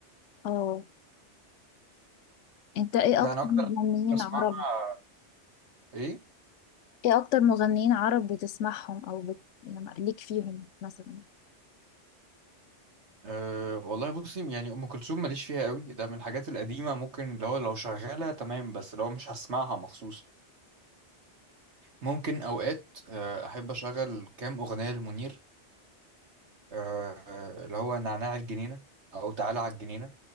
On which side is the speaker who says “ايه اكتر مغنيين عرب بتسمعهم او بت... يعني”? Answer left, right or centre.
Left